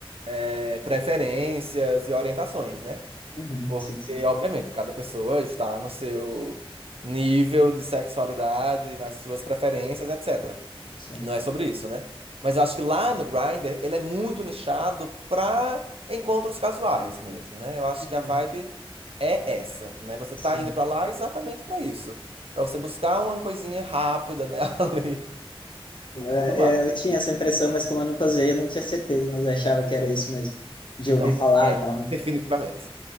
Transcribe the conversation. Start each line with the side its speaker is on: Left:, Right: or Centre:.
Right: é, preferências e orientações, né?
Left: Uhum,
Right: Porque,
Left: sim, sim,
Right: obviamente, cada pessoa está no seu nível de sexualidade, nas suas preferências, etc.
Left: sim,
Right: Não é sobre isso, né? Mas eu acho que lá no Grindr, ele é muito nichado pra encontros casuais mesmo, né? Eu acho
Left: Uhum,
Right: que a vibe é essa, né? Você
Left: sim.
Right: tá indo pra lá exatamente pra isso, Pra você buscar uma coisinha rápida, né, <laughs> ali,
Left: É,
Right: tudo mais.
Left: é, eu tinha essa impressão, mas como eu nunca usei, eu não tinha certeza, mas eu achava que era isso mesmo, de ouvir
Right: Não,
Left: falar
Right: é,
Left: e tal. né?
Right: definitivamente.